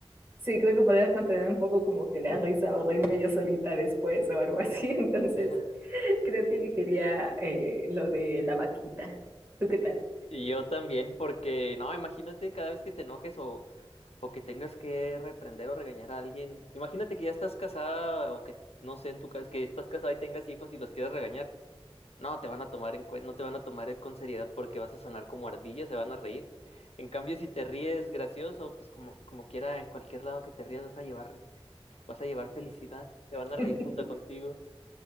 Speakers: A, on the right (about 20°); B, on the left (about 85°).
A: sí, creo que podría contener un poco como que la risa o reírme yo solita después o algo así. <laughs> Entonces,
B: <laughs>
A: creo que elegiría eh, lo de la vaquita. ¿Tú qué tal?
B: Y yo también, porque no, imagínate cada vez que te enojes o o que tengas que reprender o regañar a alguien. Imagínate que ya estás casada o que no sé, en tu casa que estás casada y tengas hijos y los quieras regañar. No te van a tomar en cuen- no te van a tomar con seriedad porque vas a sonar como ardilla, se van a reír. En cambio, si te ríes gracioso, pues como, como quiera, en cualquier lado que te rías vas a llevar, vas a llevar felicidad, se van a reír
A: <laughs>
B: junto contigo.